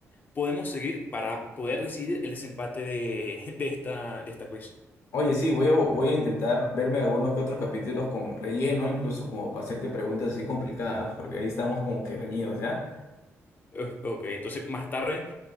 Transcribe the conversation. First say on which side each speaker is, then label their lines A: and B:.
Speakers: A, on the left; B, on the left.
A: podemos seguir para poder decidir el desempate de, <laughs> de esta, de esta quiz.
B: Oye, sí, voy a, voy a intentar verme algunos que otros capítulos con relleno, incluso como para hacerte preguntas así complicadas, porque ahí estamos como que reñidos, ¿ya?
A: Eh, Ok, entonces más tarde